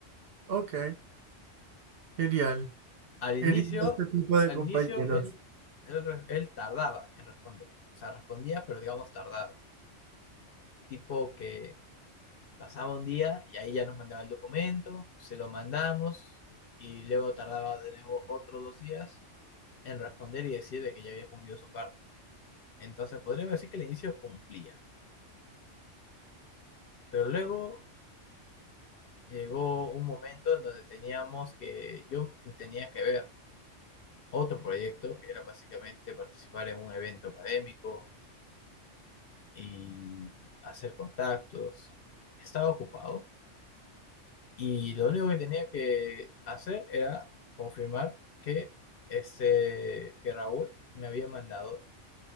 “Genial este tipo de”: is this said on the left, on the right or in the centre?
Right